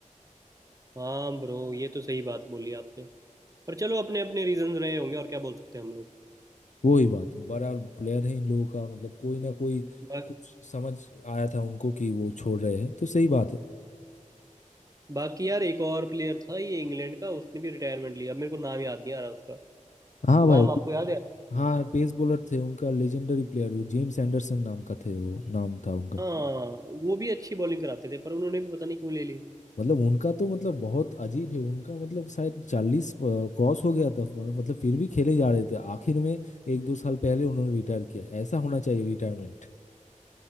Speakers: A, on the right (about 25°); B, on the left (about 65°).
A: हाँ ब्रो ये तो सही बात बोली आपने पर चलो अपने अपने रीजन रहे होंगे और क्या बोल सकते हैं हम लोग
B: वो ही बात बड़ा प्लेयर है इन लोगों का मतलब कोई ना कोई
A: बा,
B: कुछ समझ आया था उनको कि वो छोड़ रहे हैं तो सही बात है
A: बाकी यार एक और प्लेयर था ये इंग्लैंड का उसने भी रिटायरमेंट लिया अब मेरे को नाम याद नहीं आ रहा उसका
B: हाँ भाई
A: नाम आपको याद है
B: हाँ पेस बॉलर थे उनका लेजेंडरी प्लेयर जो जेम्स एंडरसन नाम का थे वो नाम था उनका
A: हाँ वो भी अच्छी बॉलिंग कराते थे पर उन्होंने भी पता नहीं क्यों ले ली
B: मतलब उनका तो मतलब बहुत अजीब है उनका मतलब शायद चालीस क्रॉस हो गया था मतलब फिर भी खेले जा रहे थे आखिर में एक दो साल पहले उन्होंने रिटायर किया ऐसा होना चाहिए रिटायरमेंट